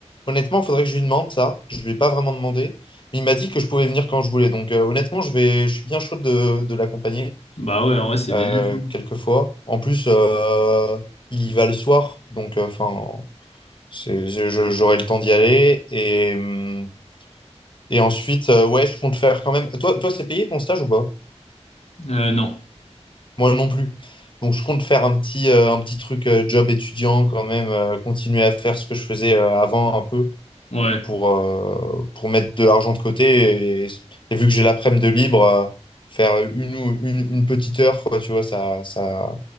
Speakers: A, on the left; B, on the left.
A: Honnêtement, il faudrait que je lui demande ça. Je lui ai pas vraiment demandé. Il m'a dit que je pouvais venir quand je voulais. Donc euh, honnêtement, je vais... je suis bien chaud de, de l'accompagner
B: Bah ouais, en vrai, c'est
A: euh,
B: bénéfique.
A: quelquefois. En plus, euh, il y va le soir, donc euh, enfin, c'est... je- je- j'aurai le temps d'y aller et. hmm, Et ensuite, euh, ouais, je compte faire quand même. Toi, toi, c'est payé ton stage ou pas?
B: Euh, non.
A: Moi non plus. Donc, je compte faire un petit, euh, un petit truc euh, job étudiant quand même, euh, continuer à faire ce que je faisais euh, avant un peu
B: Ouais.
A: pour, euh, pour mettre de l'argent de côté. Et, et vu que j'ai l'après-midi de libre, euh, faire une, ou- une, une petite heure, quoi, tu vois, ça, ça,